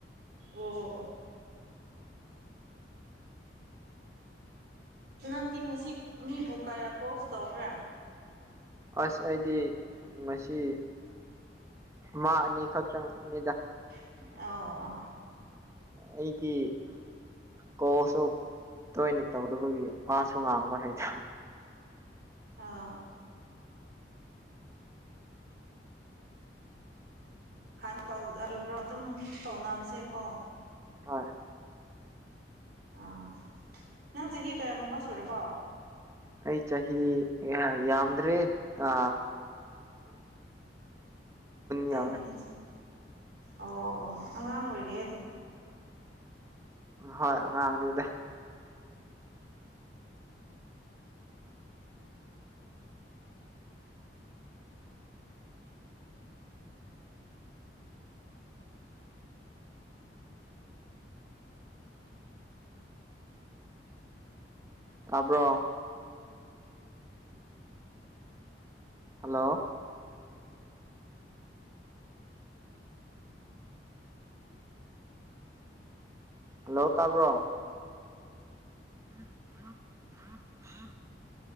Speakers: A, on the right; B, on the right.
A: ꯑꯣ ꯑ ꯅꯪꯗꯤ ꯉꯁꯤ ꯃꯤꯕꯨ ꯀꯌꯥ ꯀꯣꯁ ꯇꯧꯈ꯭ꯔꯦ
B: ꯑꯁ ꯍꯥꯏꯗꯤ ꯃꯁꯤ ꯃꯥ ꯑꯅꯤ ꯈꯛꯇꯪꯅꯤꯗ
A: ꯑꯣ
B: ꯑꯩꯗꯤ ꯀꯣꯁꯨ ꯇꯣꯏꯅ ꯇꯧꯗꯕꯒꯤ ꯃꯥꯁꯨ ꯉꯥꯡꯕ ꯍꯩꯗ
A: ꯑꯥ ꯍꯥꯟꯅ ꯇꯧꯔꯤꯕ꯭ꯔꯣ ꯑꯗꯨꯝ ꯇꯧꯅꯕꯁꯦ ꯀꯣ
B: ꯍꯣꯏ
A: ꯑꯥ ꯅꯪ ꯆꯍꯤ ꯀꯌꯥꯒꯨꯝꯕ ꯁꯨꯔꯕꯣ
B: ꯑꯩ ꯆꯍꯤ ꯌꯥꯝꯗ꯭ꯔꯦ ꯑ
A: ꯇꯔ
B: ꯌꯧꯔꯦ
A: ꯃꯤꯅꯤꯁꯦ ꯑꯣ ꯑꯣ ꯑꯉꯥꯡ ꯑꯣꯏꯔꯦ ꯑꯗꯨ
B: ꯍꯣꯏ ꯑꯉꯥꯡꯅꯤꯗ ꯇꯄ꯭ꯔꯣ ꯍꯜꯂꯣ ꯍꯜꯂꯣ ꯇꯥꯕ꯭ꯔꯣ ꯑ ꯑ ꯑ